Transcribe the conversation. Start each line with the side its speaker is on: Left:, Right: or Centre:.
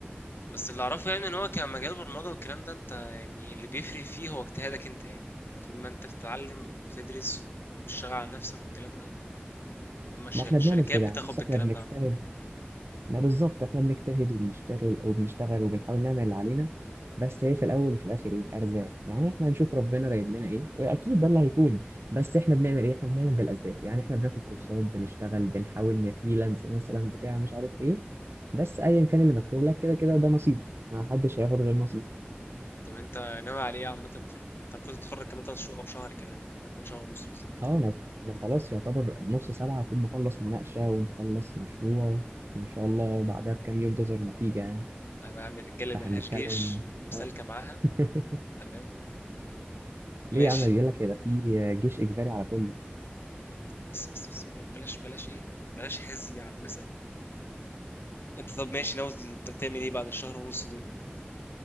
Left: بس اللي اعرفه يعني ان هو كمجال برمجه والكلام ده انت يعني اللي بيفرق فيه هو اجتهادك انت يعني طول ما انت بتتعلم وبتدرس وبتشتغل على نفسك والكلام ده هم الش-
Right: ما احنا
Left: الشركات
Right: بنعمل كده
Left: بتاخد
Right: يعني بص
Left: بالكلام
Right: احنا بنجتهد
Left: ده عامه
Right: ما بالظبط احنا بنجتهد وبنشتغل وبنشتغل وبنحاول نعمل اللي علينا بس هي في الاول وفي الاخر ايه ارزاق يعني احنا هنشوف ربنا رايد لنا ايه واكيد ده اللي هيكون بس احنا بنعمل ايه احنا بنعمل بالاسباب يعني احنا بناخد كورسات بنشتغل بنحاول نفريلانس مثلا بتاع مش عارف ايه بس ايا كان اللي مكتوب لك كده كده ده نصيبك ما حدش هياخد غير نصيبه
Left: طب انت ناوي على ايه عامه في ال... انت المفروض تتخرج كمان تلات شهور او شهر كمان ولا كمان شهر ونص بالظبط
Right: اه انا انا خلاص يعتبر نص سبعة اكون مخلص مناقشة ومخلص مشروع وان شاء الله بعدها بكام يوم تظهر نتيجة يعني
Left: انا بعمل رجاله
Right: فاحنا
Left: ملهاش
Right: بنتكلم
Left: جيش وسالكه معاها
Right: <laughs>
Left: تمام
Right: ليه
Left: ماشي
Right: يا عم بيقول لك ده في جيش اجباري على كله
Left: بس بس, بس بلاش بلاش ايه بلاش هزي على المثل انت طب ماشي ناوي انت تعمل ايه بعد الشهر ونص دول